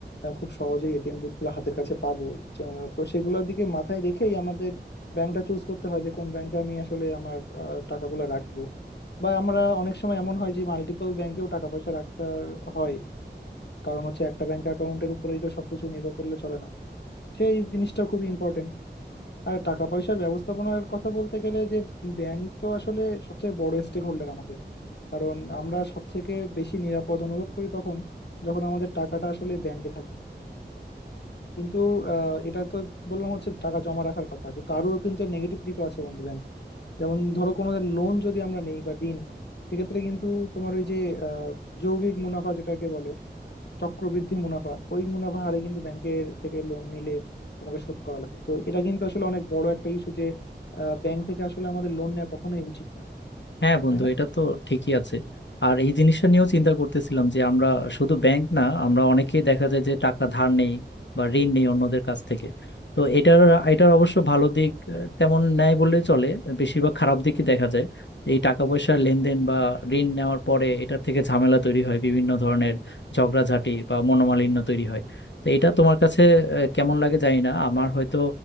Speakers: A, on the left; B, on the left.
A: আহ, খুব সহজেই এটিএম বুথগুলো হাতের কাছে পাবো যা- তো সেগুলোর দিকে মাথায় রেখেই আমাদের ব্যাংকটা চুজ করতে হয় যে কোন ব্যাংকে আমি আসলে আমার আহ, টাকাগুলো রাখবো বা আমরা অনেক সময় এমন হয় যে মাল্টিপল ব্যাংকেও টাকা পয়সা রাখতে হয় কারণ হচ্ছে একটা ব্যাংক অ্যাকাউন্টের উপরেই তো সবকিছু নির্ভর করলে চলে না সেই জিনিসটা খুব ইম্পর্টেন্ট আর টাকা পয়সার ব্যবস্থাপনার কথা বলতে গেলে যে ব্যাংক তো আসলে সবচেয়ে বড় স্টেক হোল্ডার আমাদের কারণ আমরা সব থেকে বেশি নিরাপদ অনুভব করি তখন যখন আমাদের টাকাটা আসলে ব্যাংকে থাকে কিন্তু আহ, এটা তো বললাম হচ্ছে টাকা জমা রাখার কথা কিন্তু আরো কিন্তু নেগেটিভ দিকও আছে বন্ধু ব্যাংকে যেমন ধরো কোনো লোন যদি আমরা নেই বা ঋণ সেক্ষেত্রে কিন্তু তোমার ওই যে আহ, যৌগিক মুনাফা যেটাকে বলে চক্রবৃদ্ধি মুনাফা ওই মুনাফা হারে কিন্তু ব্যাংকের থেকে লোন নিলে তোমাকে শোধ করা লাগে তো এটা কিন্তু আসলে অনেক বড় একটা ইস্যু যে ব্যাংক থেকে আসলে আমাদের লোন নেওয়া কখনোই উচিত না
B: হ্যাঁ বন্ধু
A: তাই না?
B: এটা তো ঠিকই আছে আর এই জিনিসটা নিয়েও চিন্তা করতেছিলাম যে আমরা শুধু ব্যাংক না আমরা অনেকেই দেখা যায় যে টাকা ধার নেই বা ঋণ নেই অন্যদের কাছ থেকে তো এটার এটার অবশ্য ভালো দিক আহ, তেমন নেয় বললে চলে বেশিরভাগ খারাপ দিকই দেখা যায় এই টাকা পয়সার লেনদেন বা ঋণ নেওয়ার পরে এটার থেকে ঝামেলা তৈরি হয় বিভিন্ন ধরনের ঝগড়াঝাটি বা মনোমালিন্য তৈরি হয় তো এটা তোমার কাছে আহ, কেমন লাগে জানি না আমার হয়তো